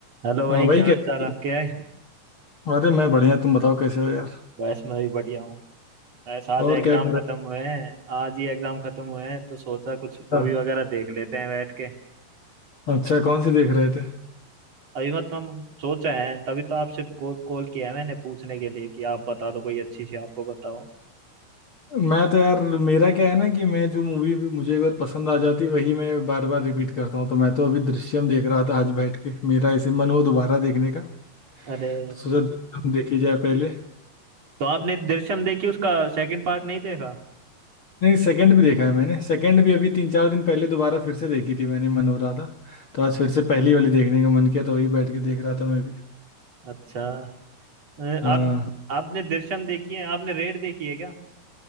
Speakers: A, on the right; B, on the left.
A: Hello भाई
B: हाँ भाई
A: क्या
B: कैसे
A: हाल चाल आपके है
B: अरे मैं बढ़िया तुम बताओ कैसे हो यार
A: बस मैं भी बढ़िया हूँ बस आज
B: और
A: एग्जाम
B: क्या कर
A: खत्म
B: रहे
A: हुए हैं आज ही एग्जाम खत्म हुए हैं तो सोचा कुछ मूवी
B: थे
A: वगैरह देख लेते हैं बैठ के
B: अच्छा कौन सी देख रहे थे
A: अभी मतलब हम सोच रहे हैं तभी तो आपसे कॉल कॉल किया है मैंने पूछने के लिए कि आप बता दो कोई अच्छी सी आपको बताओ
B: मैं तो यार मेरा क्या है ना कि मैं जो मूवी मुझे एक बार पसंद आ जाती है वही मैं बार बार रिपीट करता हूँ तो मैं तो अभी दृश्यम देख रहा था आज बैठ के मेरा ऐसे मन हुआ दोबारा देखने का
A: अरे
B: तो सोचा दृश्यम देखी जाए पहले
A: तो आपने दृश्यम देखी उसका सेकंड पार्ट नहीं देखा
B: नहीं सेकंड भी देखा है मैंने सेकंड भी अभी तीन चार दिन पहले दोबारा फिर से देखी थी मैंने मन हो रहा था तो आज फिर से पहली वाली देखने का मन किया तो वही बैठ के देख रहा था मैं भी
A: अच्छा अ,
B: हाँ
A: आप आपने दृश्यम देखी है आपने रेड देखी है क्या